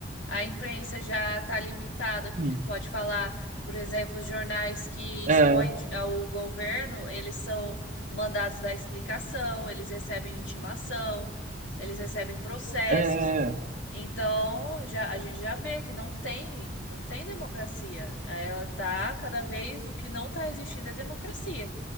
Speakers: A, on the left; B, on the right.
A: A imprensa já está limitada com
B: Hum,
A: o que pode falar. Por exemplo, os jornais que expõem
B: É,
A: de- ao governo, eles são mandados dar explicação, eles recebem intimação, eles recebem processos.
B: é,
A: Então, já a gente já vê que não tem, não tem democracia. Ela tá cada vez o que não está existindo é democracia.